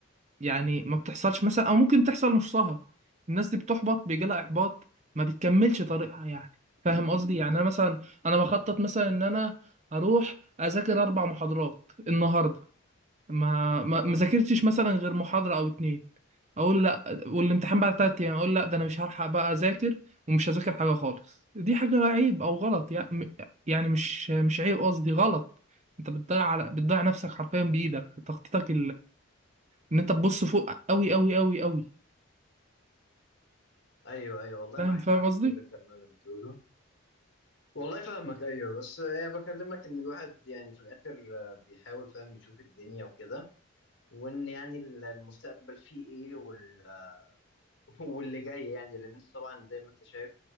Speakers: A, on the right; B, on the left.
A: يعني ما بتحصلش مثلا او ممكن تحصل نصها الناس دي بتحبط بيجي لها احباط ما بتكملش طريقها يعني فاهم قصدي يعني انا مثلا انا بخطط مثلا ان انا اروح اذاكر اربع محاضرات النهارده ما ما
B: اه
A: ما ذاكرتش مثلا غير محاضره او اتنين اقول لا والامتحان بعد تلات ايام اقول لا ده انا مش هلحق بقى اذاكر ومش هذاكر حاجه خالص دي حاجه عيب او غلط يعني يعني مش مش عيب قصدي غلط انت بتضيع على بتضيع نفسك حرفيا بايدك تخطيطك ان انت تبص فوق قوي قوي قوي قوي
B: ايوه ايوه والله
A: فاهم
B: معاك
A: فاهم
B: حق
A: قصدي
B: في كل الكلام اللي بتقوله والله فاهمك ايوه بس آه، بكلمك ان الواحد يعني في الاخر آه، بيحاول فاهم يشوف الدنيا وكده وان يعني ال- المستقبل فيه ايه وال آه، <laughs> واللي جاي يعني لان انت طبعا زي ما انت شايف